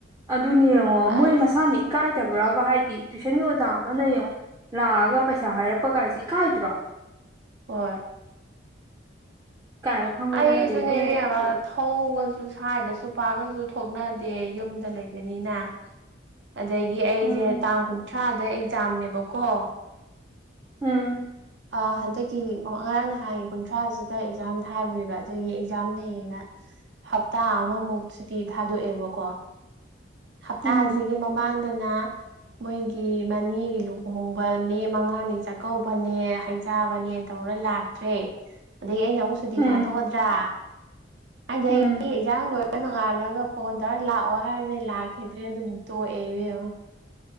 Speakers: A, on the right; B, on the right.
A: ꯑꯗꯨꯅꯦ ꯌꯦꯡꯉꯣ ꯃꯣꯏ
B: ꯑꯁ
A: ꯃꯁꯥꯅꯤ ꯏꯀꯥꯏꯗꯕ ꯗꯕꯔꯥꯕ ꯍꯥꯏꯗꯤ ꯇꯨꯋꯏꯁꯟꯒꯤ ꯑꯣꯖꯥ ꯑꯃꯅ ꯌꯦꯡꯉꯣ ꯂꯥꯛꯑꯒ ꯄꯩꯁꯥ ꯍꯥꯏꯔꯛꯄ ꯀꯥꯏꯁꯤ ꯀꯥꯏꯗ꯭ꯔꯣ
B: ꯍꯣꯏ
A: ꯏꯀꯥꯏꯕ ꯈꯪꯕ
B: ꯑꯩꯁꯨꯅꯦ
A: ꯅꯠꯇꯦ ꯏꯕꯦꯝꯃ
B: ꯏꯕꯤꯝꯃꯥ ꯊꯧꯕꯁꯨ ꯁꯋ꯭ꯥꯎꯗꯁꯨ ꯄꯥꯛꯅꯁꯨ ꯊꯣꯛꯅꯗꯦ ꯌꯨꯝꯗ ꯂꯩꯕꯅꯤꯅ ꯑꯗꯒꯤ ꯑꯩꯁꯦ
A: ꯎꯝ
B: ꯇꯥꯡ ꯀꯨꯟꯊ꯭ꯔꯥꯗ ꯑꯦꯛꯖꯥꯝꯅꯦꯕꯀꯣ
A: ꯎꯝ
B: ꯑꯥ ꯍꯟꯗꯛꯀꯤ ꯉꯔꯥꯡ ꯅꯍꯥꯟꯒꯤ ꯀꯨꯟꯊ꯭ꯔꯥꯁꯤꯗ ꯑꯦꯛꯖꯥꯝ ꯊꯥꯔꯨꯏꯕ ꯑꯗꯨꯒꯤ ꯑꯦꯛꯖꯥꯝ ꯂꯩꯌꯦꯅ ꯍꯞꯇꯥ ꯑꯃꯃꯨꯛ ꯁꯨꯇꯤ ꯊꯥꯗꯣꯛꯑꯦꯕꯀꯣ ꯍꯞꯇꯥꯁꯤꯒꯤ
A: ꯎꯝ
B: ꯃꯃꯥꯡ ꯑꯗꯨꯅ ꯃꯣꯏꯒꯤ ꯃꯅꯦꯒꯤ ꯂꯨꯍꯣꯡꯕꯅꯦ ꯃꯉꯥꯅꯤ ꯆꯥꯛꯀꯧꯕꯅꯦ ꯍꯩꯖꯥꯕꯅꯦꯅ ꯇꯧꯔ ꯂꯥꯛꯇ꯭ꯔꯦ ꯑꯗꯗꯒꯤ ꯑꯩꯅ ꯑꯃꯨꯛ ꯁꯨꯇꯤ
A: ꯎꯝ
B: ꯊꯥꯗꯣꯛꯑꯗ꯭ꯔꯥ ꯑꯗ
A: ꯎꯝ
B: ꯆꯥꯡ <unintelligible> ꯅꯣꯡꯉꯥꯜꯂꯒ ꯐꯣꯟ ꯇꯧꯔ ꯂꯥꯛꯑꯣ ꯍꯥꯏꯔꯗꯤ ꯂꯥꯛꯈꯤꯗ꯭ꯔꯦ ꯑꯗꯨ ꯇꯣꯛꯑꯦꯕ <inaudible>